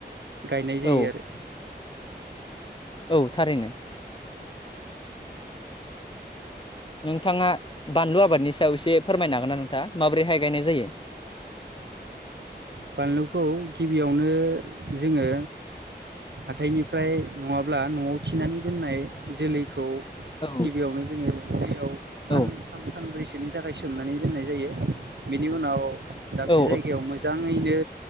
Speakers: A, on the right; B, on the left.
A: गायनाय जायो
B: औ
A: आरो।
B: औ थारैनो। नोंथाङा बानलु आबादनि सायाव एसे फोरमायनो हागोन ना नोंथां माबोरैहाय गायनाय जायो? <inaudible>
A: बानलुखौ गिबियावनो जोङो हाथायनिफ्राय नङाब्ला न'आव थिनानै दोननाय जोलैखौ
B: औ
A: गिबियावनो जोङो दैयाव सानथाम
B: औ
A: सानब्रैसोनि थाखाय सोमनानै दोननाय जायो बिनि उनाव दाबसे
B: औ
A: जायगायाव मोज ङैनो